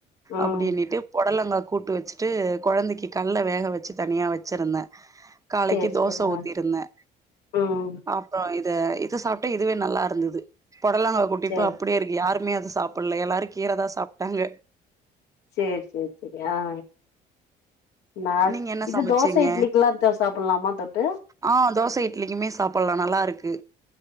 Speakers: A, on the left (about 80°); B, on the right (about 20°).
A: ம்
B: அப்டின்னிட்டு பொடலங்கா கூட்டு வச்சிட்டு கொழந்தைக்கு கல்ல வேக வச்சி தனியா வச்சிருந்தே காலைக்கு
A: சேரி
B: தோச
A: சேரி
B: ஊத்திருந்தே
A: ஆ ம்
B: அப் அப்ரோ இத இது சாப்ட்டு இதுவே நல்லாருந்தது பொடலங்கா கூட்டு
A: சேரி
B: இப்ப அப்டியே இருக்கு யாருமே அத சாப் சாப்ல்ல எல்லாரு கீரதா சாப்ட்டாங்க
A: சேர் சேர் செரி அ அ ந
B: நீங்க என்ன
A: இது
B: சமச்சீங்க
A: தோச இட்லிக்குலா இத சாப்பலாமா தொட்டு
B: ஆ தோச இட்லிக்குமே சாப்பல்லா நல்லா இருக்கு